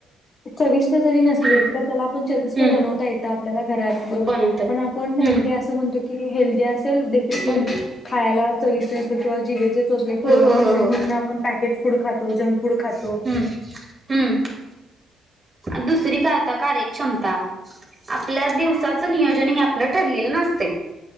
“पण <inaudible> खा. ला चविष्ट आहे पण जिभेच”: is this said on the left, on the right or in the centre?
Left